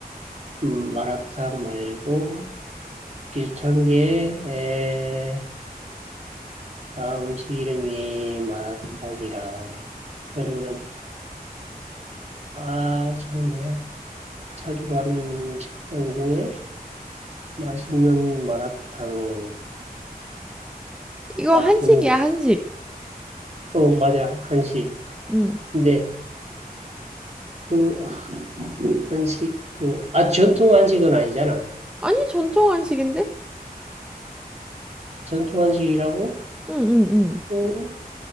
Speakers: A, on the right; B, in the centre.
A: 음, 마라탕 말고 비슷한 게 아, 음식 이름이 마라탕이라. 그러면은, 아, 저는 뭐야? 자주 가는 식당 중에 맛있는 마라탕.
B: 이거
A: 아,
B: 한식이야,
A: 너무,
B: 한식.
A: 어, 맞아. 한식.
B: 응.
A: 근데 그 한식, 그, 아, 전통 한식은 아니잖아.
B: 아니, 전통 한식인데?
A: 전통 한식이라고?
B: 응, 응, 응.
A: 어,